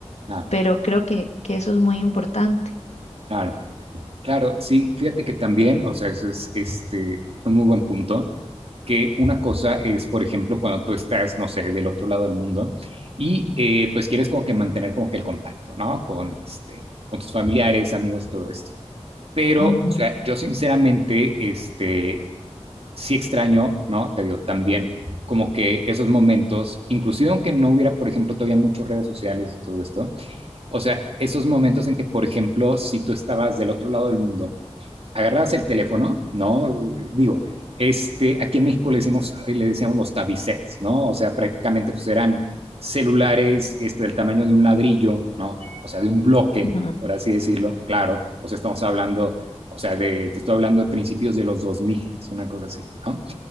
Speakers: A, on the right; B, on the left.
A: claro,
B: Pero creo que, que eso es muy importante.
A: claro. Claro, sí, fíjate que también, o sea, eso es este, un muy buen punto, que una cosa es, por ejemplo, cuando tú estás, no sé, del otro lado del mundo y eh, pues quieres como que mantener como que el contacto, ¿no? Con, este, con tus familiares, amigos, todo esto. Pero,
B: Ujú,
A: o sea, yo sinceramente, este, sí extraño, ¿no? Te digo, también como que esos momentos, inclusive aunque no hubiera, por ejemplo, todavía muchas redes sociales y todo esto, o sea, esos momentos en que, por ejemplo, si tú estabas del otro lado del mundo, agarrabas el teléfono, ¿no? Digo, este, aquí en México le, decimos, eh, le decíamos los tabicets, ¿no? O sea, prácticamente pues eran celulares este, del tamaño de un ladrillo, ¿no? O sea, de un bloque,
B: ujú,
A: por así decirlo, claro. O sea, estamos hablando, o sea, de, te estoy hablando de principios de los 2000, es una cosa así, ¿no?